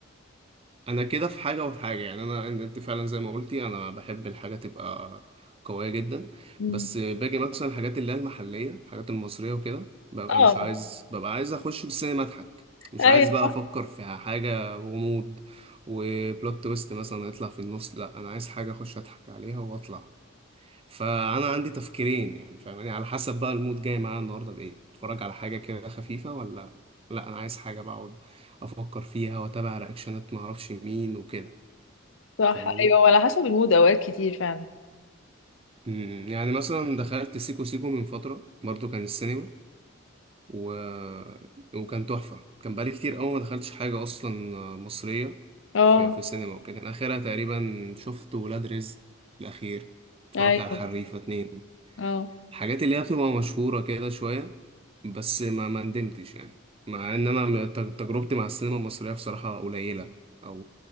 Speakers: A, on the right; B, on the left.
A: انا كده في حاجه وفي حاجه يعني انا انت فعلا زي ما قلتي انا بحب الحاجه تبقى قويه جدا
B: مم.
A: بس باجي مثلا الحاجات اللي هي المحليه الحاجات المصريه وكده ببقى
B: اه
A: مش عايز ببقى عايز اخش السينما اضحك مش
B: ايوه
A: عايز بقى
B: صح
A: افكر في حاجه غموض وبلوت تويست مثلا يطلع في النص لا انا عايز حاجه اخش اضحك عليها واطلع فانا عندي تفكيرين يعني فاهماني على حسب بقى المود جاي معايا النهارده بايه اتفرج على حاجه كده خفيفه ولا لا انا عايز حاجه بقعد افكر فيها واتابع رياكشنات ما اعرفش مين وكده
B: صح
A: فاهماني
B: ايوه وعلى حسب المود اوقات كتير فعلا
A: أمم، يعني مثلا دخلت سيكو سيكو من فتره برضو كان السينما و... وكان تحفه كان بقالي كتير قوي ما دخلتش حاجه اصلا مصريه
B: اه
A: في في سينما وكده كان اخرها تقريبا شفت ولاد رزق الاخير اتفرجت
B: ايوه
A: على الحريفه اتنين
B: اه
A: حاجات اللي هي بتبقى مشهورة كده شوية بس ما ما ندمتش يعني مع ان انا م- تج- تجربتي مع السينما المصرية بصراحة قليلة او